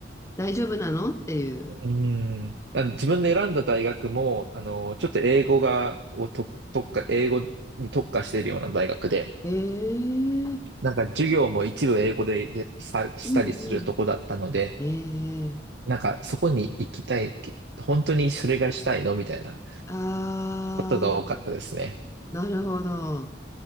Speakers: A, on the left (about 15°); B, on the right (about 65°).
A: 大丈夫なのっていう。
B: うーん。あの自分で選んだ大学も、あの、ちょっと英語が、をと、特化、英語に特化しているような大学で、
A: ええ
B: なんか授業も一部英語でやさ、したりするとこだったので、
A: うんうん。ええ
B: なんかそこに行きたい、本当にそれがしたいのみたいな
A: あ
B: ことが多かったですね。
A: ー、なるほど。